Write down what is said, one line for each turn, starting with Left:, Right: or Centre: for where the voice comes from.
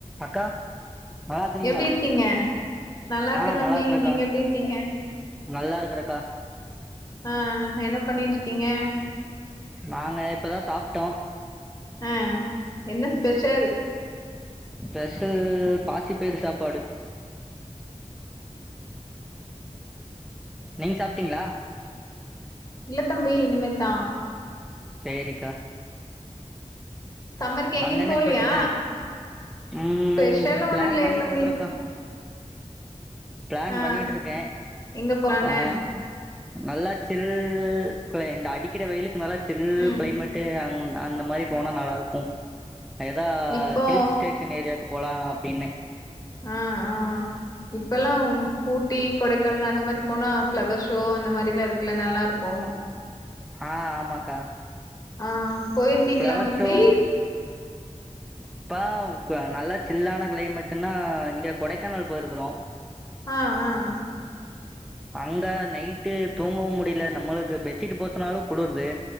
Centre: அக்கா நல்லா இருக்கறீங்களா
Left: எப்டி இருக்கீங்க நல்லா இருக்கே
Centre: ஆ
Left: தம்பி
Centre: இருக்கறக்கா
Left: நீங்க எப்டிருக்கீங்க
Centre: நல்லா இருக்கறக்கா
Left: ஆஹ் என்ன பண்ணிட்ருக்கீங்க
Centre: நாங்க இப்பதா சாப்ட்டோ
Left: அ என்ன ஸ்பெஷல்
Centre: ஸ்பெஷல் பாசிப்பயரு சாப்பாடு நீங் சாப்ட்டீங்ளா
Left: இல்ல தம்பி இனிமேத்தா
Centre: சேரிக்கா
Left: சம்மருக்கு எங்கயு
Centre: அங்கென்ன
Left: போலையா
Centre: ஸ்பெஷலு உம்
Left: ஸ்பெஷல்லா
Centre: பிளான்
Left: ஒண்ணு இல்லையே
Centre: பண்ணிட்ருக்கறக்கா
Left: தம்பி
Centre: பிளேன்
Left: ஆ
Centre: பண்ணிட்ருக்கே
Left: எங்க போலான்னு
Centre: அ நல்லா சில் குள இங்க அடிக்கற வெயிலுக்கு நல்லா சில்
Left: ம்
Centre: கிளைமேட்டு அங் நா இந்த மாரி போனா நல்லாருக்கூ அ ‌எதா
Left: இப்போ
Centre: ஹில்ஸ் டேஷன் ஏரியாக்குப் போலா அப்டின்னு
Left: அ அ‌ இப் ப்பெல்லாம் ஊட்டி கொடைக்கானல் அந்த மாரி போனா ஃபிளவர்ஸ் ஷோ அந்த மாரிலா இருக்குல நல்லா இருக்கும்
Centre: ஆஹ் ஆமாக்கா
Left: ஆ போயிருக்கீங்களா
Centre: ப்ளவர்
Left: முந்தி
Centre: ஷோ இப்ப நல்லா சில்லான கிளைமேட்டுன்னா இங்க கொடைக்கானல் போயிருக்கிறோ
Left: ஆஹ் ஆஹ்
Centre: அங்க நைட்டு தூங்கவு முடியல நம்மளுக்கு பெட்ஷீட் போத்துனாலு குளுருது